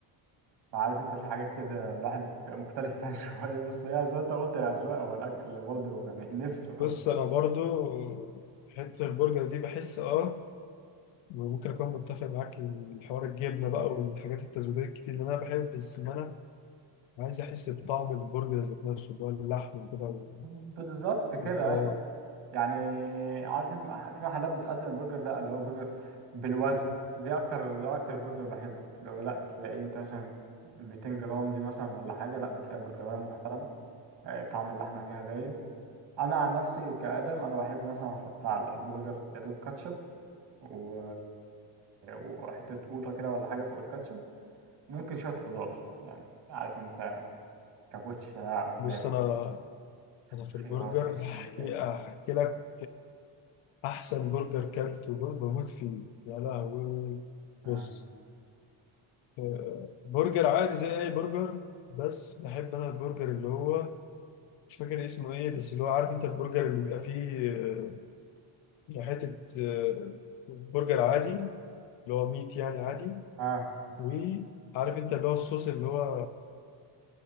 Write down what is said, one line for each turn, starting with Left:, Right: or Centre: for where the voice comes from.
Right: فعارف انت في حاجات كده الواحد بيبقى مختلف فيها <laughs> شويه بس هي زي ما انت قلت يا اذواق هو الاكل برضه يعني نفسه
Left: بص أنا برضو في حتة البرجر دي بحس اه ممكن أكون متفق معاك الحوار الجبنة بقى والحاجات التزويدية الكتير اللي أنا بحب بس إن أنا عايز أحس بطعم البرجر ذات نفسه اللي هو اللحمة كده و-
Right: بالظبط كده
Left: يبقى اه
Right: ايوه يعني عارف ان مح- في محلات بتقدم البرجر لا اللي هو برجر بالوزن دي اكتر ده اكتر برجر بحبه لو لا بتلاقيه انت مثلا 200 جرام دي مثلا ولا حاجه لا بتلاقي برجرايه محترمه آه، طعم اللحمه فيها باين انا عن نفسي كادم انا بحب مثلا احط على البرجر دوب كاتشب و... وحته قوطه كده ولا حاجه فوق الكاتشب ممكن شويه خضار يعني عارف انت كابوتشا او اللي
Left: بص أنا أنا في
Right: خيار
Left: البرجر
Right: فلفل
Left: هحكي
Right: كده
Left: أحكي لك أحسن برجر كلته بموت فيه يا لهوي
Right: اه
Left: بص آه، برجر عادي زي اي برجر بس بحب انا البرجر اللي هو مش فاكر اسمه ايه بس اللي هو عارف انت البرجر اللي بيبقى فيه آه، حتة آه، برجر عادي اللي هو ميت يعني عادي
Right: اه
Left: وعارف انت اللي هو الصوص اللي هو